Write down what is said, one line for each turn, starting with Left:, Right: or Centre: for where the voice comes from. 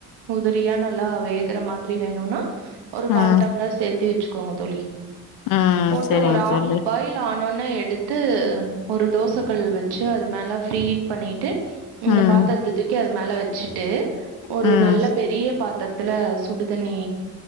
Right: உதிரியா நல்லா வேகற மாதிரி வேணுனா ஒரு
Left: ம்
Right: கால் டம்ளார் சேத்தி வெச்சுக்கோங்க தோழி
Left: ம்
Right: போட்டு
Left: செரிங்க
Right: ஒரு ஹாஃப்
Left: தோழி
Right: பாயில் ல் ஆனோனா எடுத்து ஒரு தோச கல் வெச்சு அது மேல ஃப்ரீ ஹீட் பண்ணிட்டு இந்த
Left: ம்
Right: பாத்தரத்த தூக்கி அது மேல வெச்சுட்டு ஒரு
Left: ம்
Right: நல்ல பெரிய பாத்தர த்துல சுடு தண்ணி